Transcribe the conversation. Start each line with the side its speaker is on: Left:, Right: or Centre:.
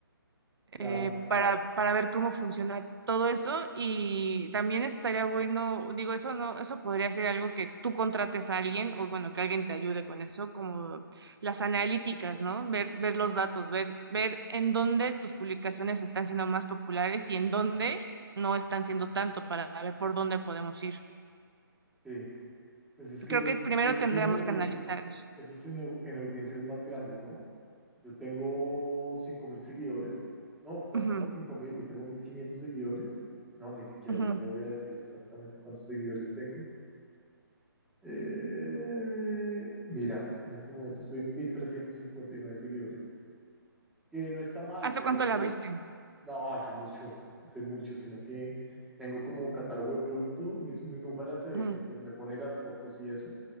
Centre: Claro,
Right: eh, para, para ver cómo funciona todo eso y también estaría bueno, digo, eso no, eso podría ser algo que tú contrates a alguien o bueno, que alguien te ayude con eso, como las analíticas, ¿no? Ver, ver los datos, ver, ver en dónde tus publicaciones están siendo más populares y en dónde no están siendo tanto para ver por dónde podemos ir.
Centre: sí. Pues es que
Right: Creo
Centre: yo,
Right: que primero
Centre: yo entiendo
Right: tendríamos
Centre: que
Right: que
Centre: eso
Right: analizar
Centre: es,
Right: eso.
Centre: eso es en, au- en audiencias más grandes, ¿no? Yo tengo 5.000 seguidores. No, ¿cuál
Right: Ujú,
Centre: es que 5.000? Yo tengo 1.500 seguidores. No, ni siquiera,
Right: ujú.
Centre: ya te voy a decir exactamente cuántos seguidores tengo. Eh, mira, en este momento estoy en 1.359 seguidores, que no está mal,
Right: ¿Hace
Centre: pero
Right: cuánto
Centre: pues
Right: la abriste?
Centre: no, hace mucho, hace mucho, sino que tengo como catálogo de producto. Mi, mi mujer hace
Right: Ujú,
Centre: eso, pues me pone las fotos y eso